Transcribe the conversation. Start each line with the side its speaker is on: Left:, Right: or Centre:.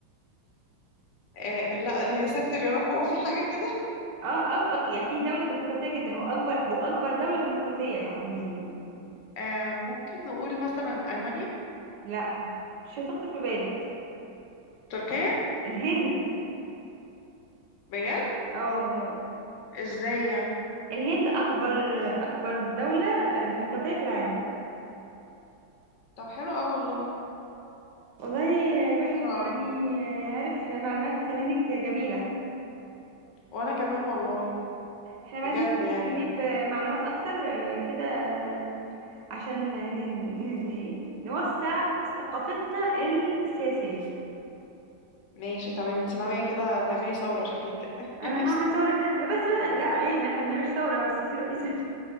Left: آه لا هي ستر يا رب هو في حاجة كده
Right: اه أك... أك... يعني في دولة ديمقراطية جدا واكبر واكبر دولة ديمقراطية يعني
Left: آه ممكن نقول مثلا ألمانيا
Right: لا مش هتخطر في بالك
Left: تركيا
Right: الهند
Left: بجد
Right: اه والله
Left: ازاي يعني
Right: الهند اكبر اكبر دولة آه، ديمقراطية في العالم
Left: طب حلو قوي والله
Right: والله الواحد
Left: حلو قوي
Right: يعني آه، عرف معلومات منك جميلة
Left: وانا كمان والله
Right: احنا
Left: بجد
Right: عايزين نخش
Left: يعني
Right: نجيب آه، معلومات اكتر آه، كده آه، عشان ن... ن... ن... نوسع ثقافتنا السياسية
Left: ماشي تمام انت ناوية كده تعملي ثورة شكلك كده
Right: انا
Left: <laughs>
Right: هعمل ثورة لا بس بقى لا عيب احنا ما بنعملش ثورة هو السيسي رئيس <laughs>